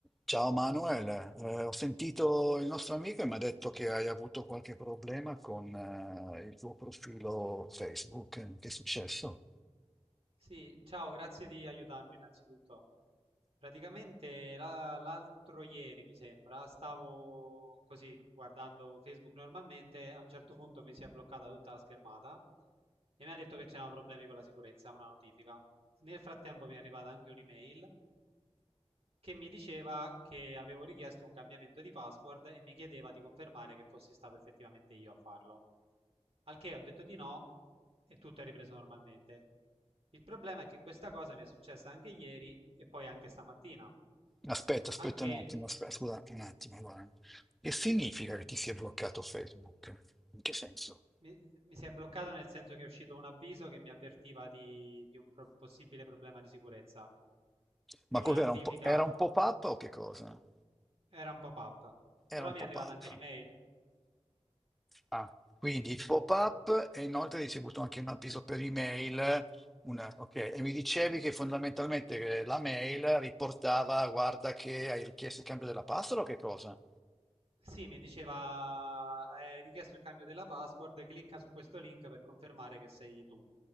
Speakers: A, in the centre; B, on the right (about 60°).
A: Ciao Manuel, Eh, ho sentito il nostro amico e mi ha detto che hai avuto qualche problema con eh, il tuo profilo Facebook. Che è successo?
B: Sì, ciao, grazie di aiutarmi innanzitutto. Praticamente la- l'altro ieri, mi sembra, stavo così guardando Facebook normalmente, a un certo punto mi si è bloccata tutta la schermata e mi ha detto che c'erano problemi con la sicurezza, una notifica. Nel frattempo mi è arrivata anche un'email che mi diceva che avevo richiesto un cambiamento di password e mi chiedeva di confermare che fossi stato effettivamente io a farlo. Al che ho detto di no e tutto è ripreso normalmente. Il problema è che questa cosa mi è successa anche ieri e poi anche stamattina,
A: Aspetta, aspetta
B: al che
A: un attimo, aspetta, scusa un attimo. guarda. Che significa che ti sia bloccato Facebook? In che senso?
B: mi, mi si è bloccato nel senso che è uscito un avviso che mi avvertiva di, di un pro- possibile problema di sicurezza
A: Ma
B: e una
A: cos'era
B: notifica
A: un po', era un pop-up o che cosa?
B: era un pop-up. Però
A: Era un
B: mi è arrivata
A: pop-up.
B: anche l'email
A: Ah, quindi pop-up e inoltre hai ricevuto anche un avviso per email. Una, ok, e mi dicevi che fondamentalmente eh, la mail riportava, guarda che hai richiesto il cambio della password o che cosa?
B: Sì, mi diceva, hai richiesto il cambio della password, clicca su questo link per confermare che sei tu.